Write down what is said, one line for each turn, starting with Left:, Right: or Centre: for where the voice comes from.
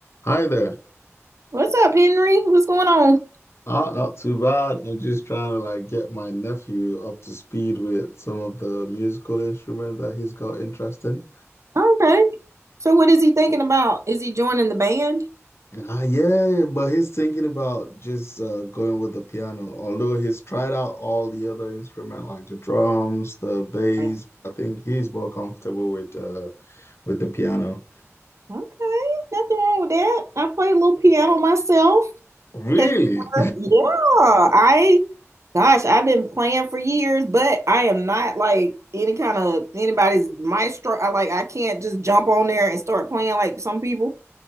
Left: Hi there.
Right: What's up, Henry? What's going on?
Left: Ah, not too bad. I'm just trying to like get my nephew up to speed with some of the musical instruments that he's got interest in.
Right: Okay. So what is he thinking about? Is he joining the band?
Left: Ah, yeah, but he's thinking about just uh, going with the piano. Although he's tried out all the other instruments, like the drums, the bass.
Right: Right.
Left: I think he's more comfortable with uh with the piano.
Right: Okay, nothing wrong with that. I play a little piano myself.
Left: Really?
Right: Has yeah, I gosh, I've been playing for years, but I am not like any kind of anybody's maestro. I like I can't just jump on there and start playing like some people.